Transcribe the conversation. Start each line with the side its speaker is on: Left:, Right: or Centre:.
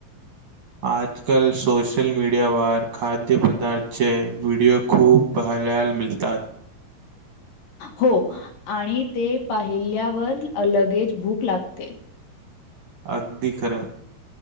Right: आजकाल सोशल मीडियावर खाद्यपदार्थाचे व्हिडिओ खूप पहायलाल मिळतात
Left: हो आणि ते पाहिल्यावर लगेज भूक लागते
Right: अगदी खरं